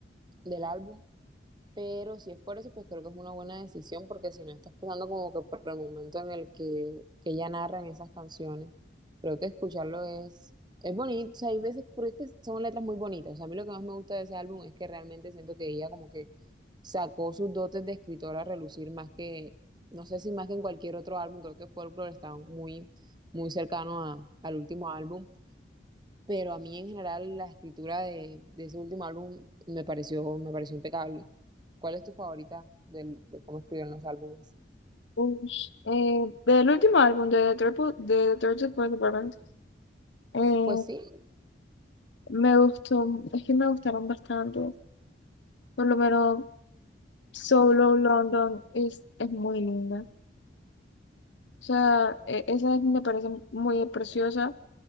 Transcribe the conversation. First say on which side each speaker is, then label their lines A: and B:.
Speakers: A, on the right; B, on the left.
A: del álbum pero si es por eso, pues creo que es una buena decisión, porque si no estás pasando como que por el momento en el que, que ella narra en esas canciones, creo que escucharlo es, es bonito. O sea, hay veces, porque es que son letras muy bonitas. O sea, a mí lo que más me gusta de ese álbum es que realmente siento que ella como que sacó sus dotes de escritora a relucir más que, no sé si más que en cualquier otro álbum, creo que Folklore está muy, muy cercano a- al último álbum pero a mí en general la escritura de, de ese último álbum me pareció, me pareció impecable. ¿Cuál es tu favorita del- de cómo escribieron los álbumes?
B: Ush, eh, del último álbum de The Third, de The Third Support Department, eh,
A: Pues sí,
B: me gustó, es que me gustaron bastante, por lo menos Solo London es, es muy linda. O sea, e- esa es- me parece muy preciosa.